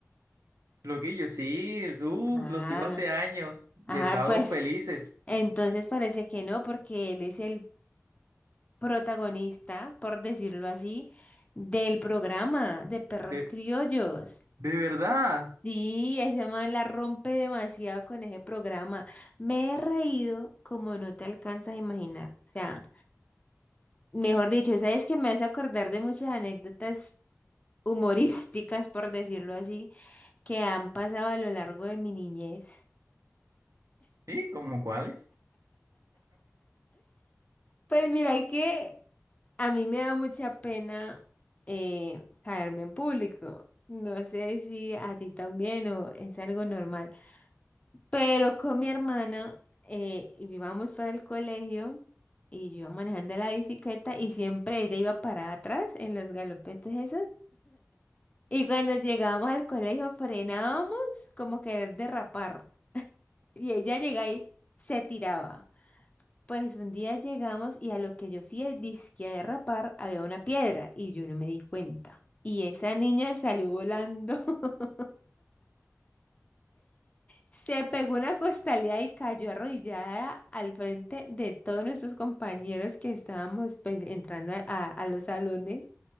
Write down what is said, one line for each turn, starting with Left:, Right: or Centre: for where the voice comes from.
Right: Loquillo, sí, uh,
Left: Ah,
Right: los sigo hace años, de
Left: ah,
Right: sábados
Left: pues.
Right: felices.
Left: Entonces parece que no, porque él es el protagonista, por decirlo así, del programa de Perros
Right: De,
Left: Criollos.
Right: de verdad.
Left: Sí, ese man la rompe demasiado con ese programa. Me he reído como no te alcanzas a imaginar. O sea. Mejor dicho, sabes que me hace acordar de muchas anécdotas humorísticas, por decirlo así, que han pasado a lo largo de mi niñez.
Right: Sí, ¿como cuáles?
Left: Pues mira que a mí me da mucha pena eh, caerme en público. No sé si a ti también o es algo normal. Pero con mi hermana eh, íbamos para el colegio y yo iba manejando la bicicleta y siempre ella iba parada atrás en los galopetes esos. Y cuando llegamos al colegio frenábamos como querer derrapar. Y ella llegaba y se tiraba. Pues un día llegamos y a lo que yo fui, dizque a derrapar, había una piedra y yo no me di cuenta. Y esa niña salió volando. <laughs> Se pegó una costalía y cayó arrodillada al frente de todos nuestros compañeros que estábamos pues entrando a, a- a los salones.